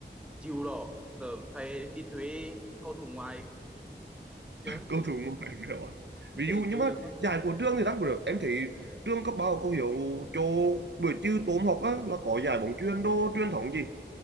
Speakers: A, in the centre; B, on the right.
A: chịu rồi giờ phải đi thuê cầu thủ ngoài chứ không
B: cầu
A: thể
B: thủ ngoại hình rồi <laughs>
A: không
B: ví
A: thể
B: dụ nhưng
A: chơi
B: mà
A: được mà
B: giải của trường thì đáng cũng được em thấy trường cấp ba có hiểu cho buổi trưa tốm học á là có giải bóng chuyền đô truyền thống gì